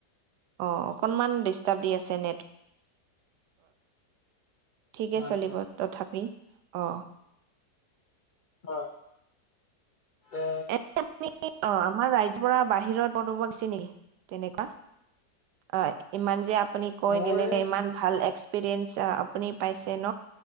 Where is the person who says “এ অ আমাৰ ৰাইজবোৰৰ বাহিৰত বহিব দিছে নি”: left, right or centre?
Right